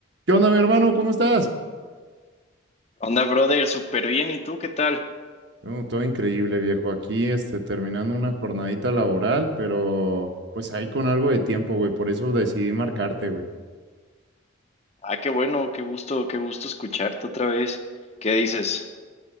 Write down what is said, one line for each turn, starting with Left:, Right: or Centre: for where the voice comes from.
Right: ¿Qué onda, mi hermano? ¿Cómo estás?
Left: Onda, brother, súper bien. ¿Y tú qué tal?
Right: No, todo increíble, viejo. Aquí, este, terminando una jornadita laboral, pero pues ahí con algo de tiempo, güey. Por eso decidí marcarte, güey.
Left: Ah, qué bueno, qué gusto, qué gusto escucharte otra vez. ¿Qué dices?